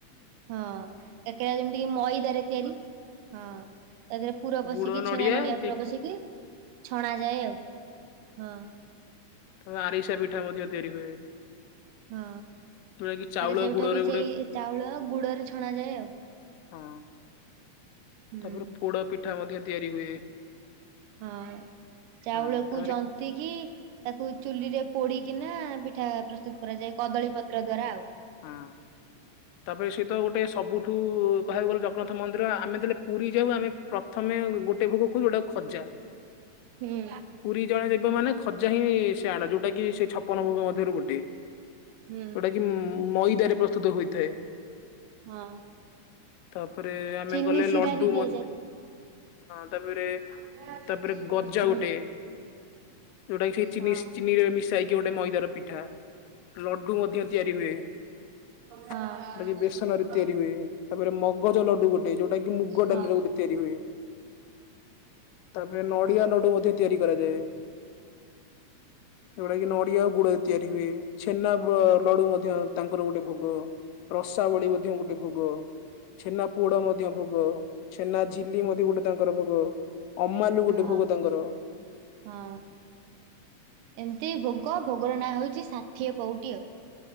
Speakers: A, on the right; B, on the left.
A: ହଁ କାକରା ଯେମିତି କି ମଇଦାରେ ତିଆରି। ହଁ ତା ଦେହରେ ପୁର ପଶିକି
B: ଗୁଡ ନଡିଆ
A: ଛେନା ନଡ଼ିଆ
B: ଦେଇକି
A: ପୁର ପଶିକି ଛଣା ଯାଏ ଆଉ ହଁ।
B: ତ ଆରିସା ପିଠା ମଧ୍ୟ ତିଆରି ହୁଏ।
A: ହଁ।
B: ଯୋଉଟା କି ଚାଉଳ
A: ଆରେ ସେଇଠା
B: ଗୁଡରେ
A: ବି
B: ଗୋଟେ
A: ସେଇ ଚାଉଳ ଗୁଡରେ ଛଣା ଯାଏ ଆଉ।
B: ହଁ
A: ହୁଁ।
B: ତାପରେ ପୋଡ଼ପିଠା ମଧ୍ୟ ତିଆରି ହୁଏ।
A: ହଁ ଚାଉଳକୁ
B: ହଁ ତାପରେ
A: ଜନ୍ତିିକି ତାକୁ ଚୁଲିରେ ପୋଡିକିନା ପିଠା ପ୍ରସ୍ତୁତ କରାଯାଏ କଦଳୀ ପତ୍ର ଦ୍ଵାରା ଆଉ।
B: ହଁ ତାପରେ ସହିତ ଗୋଟେ ସବୁଠୁ କହିବାକୁ ଗଲେ ଜଗନ୍ନାଥ ମନ୍ଦିର ଆମେ ଯେତେବେଳେ ପୁରି ଯାଉ ଆମେ ପ୍ରଥମେ ଗୋଟେ ଭୋଗ କୋହୁ ଯୋଉଟାକୁ ଖଜା
A: ହୁଁ
B: ପୁରି ଜଣେ ଜିବ ମାନେ ଖଜା ହିଁ ସେ ଆଣ ଯୋଉଟା କି ସେ ଛପନ ଭୋଗ ମଧ୍ୟରୁ ଗୋଟେ।
A: ହୁଁ।
B: ଯୋଉଟା କି ମଇଦାରେ ପ୍ରସ୍ତୁତ ହୋଇଥାଏ।
A: ହଁ।
B: ତାପରେ ଆମେ
A: ଚିନି
B: ଗଲେ
A: ଶିରା
B: ଲଡୁ
A: ବି ଦିଆଯାଏ।
B: ମ ତାପରେ
A: ହୁଁ
B: ତାପରେ ଗଜା
A: ହଁ
B: ଗୋଟେ ଯୋଉଟା କି ସେ ଚିନିସ
A: ହଁ
B: ଚିନିରେ ମିଶା ହେଇକି ଗୋଟେ ମଇଦାର ପିଠା। ଲଡୁ ମଧ୍ୟ ତିଆରି ହୁଏ ଯେଉଟା
A: ହଁ ହଁ ହଁ
B: କି
A: ହୁଁ
B: ବେସନ ରେ
A: ହୁଁ
B: ତିଆରି ହୁଏ। ତାପରେ ମଗଜ ଲଡୁ ଗୋଟେ ଯୋଉଟା କି ମୁଗ
A: ହଁ।
B: ଡାଲିରେ ଗୋଟେ ତିଆରି ହୁଏ। ତାପରେ ନଡ଼ିିଆ ନଡୁ ମଧ୍ୟ ତିଆରି କରାଯାଏ। ଏଗୁଡା କି ନଡିଆ ଆଉ ଗୁଡ ତିଆରି ହୁଏ ଛେନା ପ ଲଡୁ ମଧ୍ୟ ତାଙ୍କର ଗୋଟେ ଭୋଗ ରସାବଳି ମଧ୍ୟ ଗୋଟେ ଭୋଗ। ଛେନା ପୋଡ ମଧ୍ୟ ଭୋଗ। ଛେନା ଝିଲି ମଧ୍ୟ ଗୋଟେ ତାଙ୍କର ଭୋଗ। ଅମାଲୁ ଗୋଟେ
A: ହଁ
B: ଭୋଗ ତାଙ୍କର।
A: ହଁ ଏମତି ଭୋଗ ଭୋଗର ନାଁ ହଉଚି ଷାଠିଏ ପଉଟି ଆଉ।